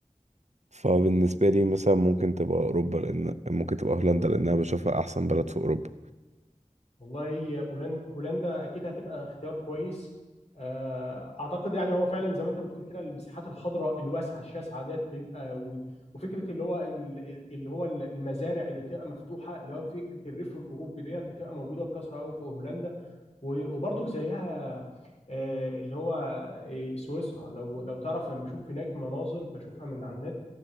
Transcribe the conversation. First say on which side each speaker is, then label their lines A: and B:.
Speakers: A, on the right; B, on the left.
A: فبالنسبة لي مثلا ممكن تبقى أوروبا لأن ممكن تبقى هولندا لأن أنا بشوفها أحسن بلد في أوروبا
B: والله هولندا هولندا اكيد هتبقى اختيار كويس آه، اعتقد يعني هو فعلا زي ما انت بتقول كده المساحات الخضراء الواسعه الشاسعه ديت بيبقى و- وفكره اللي هو ال- اللي هو المزارع اللي بتبقى مفتوحه اللي هو فكره الريف الاوروبي ديت بتبقى موجوده بكثره قوي في هولندا وبرضه زيها آه، اللي هو آه، سويسرا لو لو تعرف انا بشوف هناك مناظر بشوفها من على النت